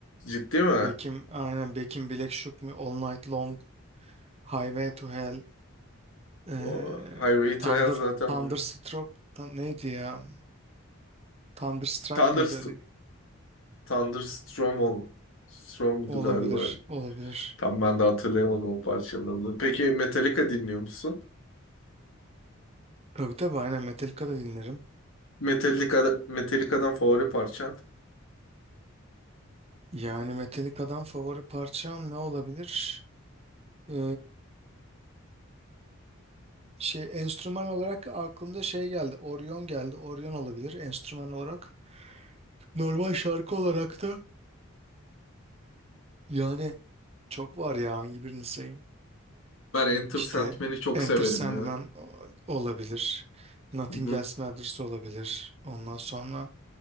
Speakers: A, on the left; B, on the right.
A: Ciddi mi?
B: Bekim aynen Bekim Black Shook Me, All Night Long, Highway to Hell, ee,
A: O Highway
B: Thunder,
A: to Hell zaten
B: Thunderstruck,
A: bu.
B: Tan- neydi ya? Thunderstruck
A: Thunderst
B: mıydı öyle
A: Thunderstorm ol. Storm'du
B: Olabilir,
A: galiba.
B: olabilir.
A: Tam ben de hatırlayamadım o parçanın adını. Peki Metallica dinliyor musun?
B: Tabii tabii aynen Metallica da dinlerim.
A: Metallica'da, Metallica'dan favori parçan.
B: Yani Metallica'dan favori parçam ne olabilir? Ee, şey enstrüman olarak aklımda şey geldi. Orion geldi. Orion olabilir enstrüman olarak. Normal şarkı olarak da yani çok var ya hangi birini sayayım?
A: Ben Enter
B: İşte
A: Sandman'i çok
B: Enter
A: severim
B: Sandman
A: ya.
B: o- olabilir. Nothing
A: Hı hı.
B: Else Matters olabilir. Ondan sonra